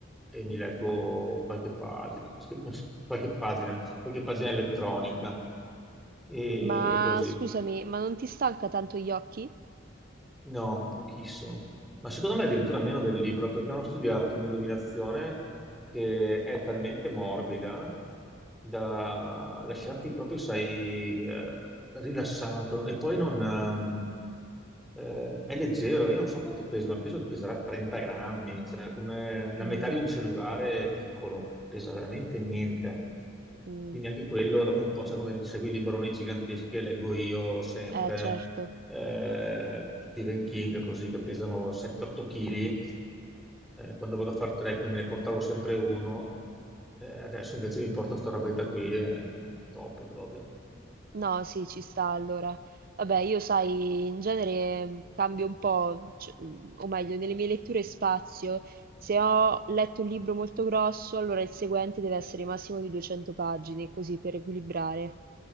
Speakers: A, in the centre; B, on the right.
A: e, mi leggo qualche pagina, <laughs> qualche pagina, qualche pagina elettronica e
B: Ma
A: così.
B: scusami, ma non ti stanca tanto gli occhi?
A: No, pochissimo. Ma secondo me addirittura meno del libro, perché hanno studiato un'illuminazione che è talmente morbida da lasciarti proprio, sai, eh, rilassato. E poi non, ehm, eh, è leggero, io non so quanto pesi, ma penso che peserà 30 grammi, cioè come la
B: Mm,
A: metà di un cellulare piccolo, pesa veramente niente.
B: mm,
A: Quindi anche quello, dopo un po', sai, quando segui i libroni giganteschi che leggo io sempre,
B: eh, certo.
A: eh, Stephen King, così che pesano 7-8 kg, quando vado a fare trekking me ne portavo sempre uno, eh, adesso invece mi porto sta robetta qui, è top proprio.
B: No, sì, ci sta allora. Vabbè, io sai, in genere mm, cambio un po', c- mm, o meglio, nelle mie letture spazio. Se ho letto un libro molto grosso, allora il seguente deve essere massimo di 200 pagine, così per equilibrare.